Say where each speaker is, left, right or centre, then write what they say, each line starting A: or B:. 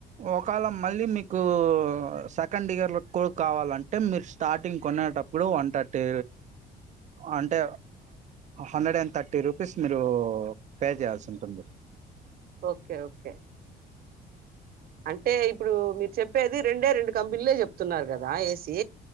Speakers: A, on the right (about 45°); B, on the right (about 60°).
A: ఓక వేల మళ్ళీ మీకు కు సెకండ్ ఇయర్ కూడా కావాలంటే మీరు స్టార్టింగ్ కొనేటప్పుడు వన్ థర్టీ అంటే హండ్రెడ్ అండ్ థర్టీ రూ రూపీస్ మీరు పే చేయాల్సి ఉంటుంది
B: ఓకే ఓకే అంటే ఇప్పుడు మీరు చెప్పేది రెండే రెండు కంపెనీలే చెప్తున్నారు కదా ఏసి